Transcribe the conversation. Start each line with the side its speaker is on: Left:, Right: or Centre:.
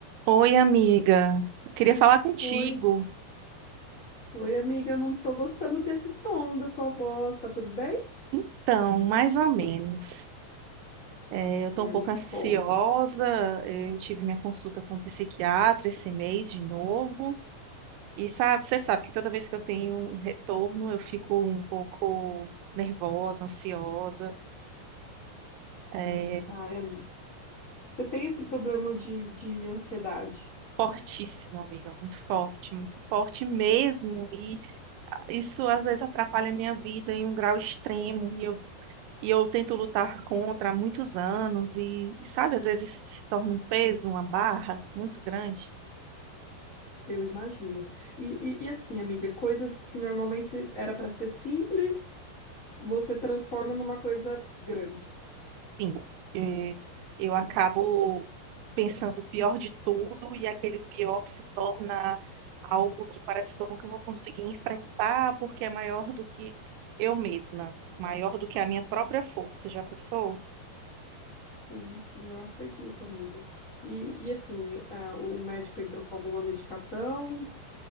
Right: Oi, amiga. Eu queria falar contigo.
Left: Oi, oi, amiga. Eu não tô gostando desse tom da sua voz. Tá tudo bem?
Right: Então, mais ou menos. É, eu estou
Left: Ai,
Right: um pouco
Left: me
Right: ansiosa.
Left: conta.
Right: Eu tive minha consulta com o psiquiatra esse mês de novo. E sabe, você sabe que toda vez que eu tenho um retorno, eu fico um pouco nervosa, ansiosa. É
Left: Ah, é... Você tem esse problema de, de ansiedade?
Right: fortíssimo, amiga. Muito forte, muito forte mesmo. E isso às vezes atrapalha a minha vida em um grau extremo. E eu E eu tento lutar contra há muitos anos e, e sabe, às vezes se torna um peso, uma barra muito grande.
Left: Eu imagino. E, e, e assim, amiga, coisas que normalmente era para ser simples, você transforma numa coisa grande.
Right: Sim, eh, eu acabo pensando o pior de tudo e aquele pior se torna algo que parece que eu nunca vou conseguir enfrentar porque é maior do que eu mesma, maior do que a minha própria força. Já pensou?
Left: Sim, sim, eu acredito, amiga. E, e assim, ah, o médico entrou com alguma medicação?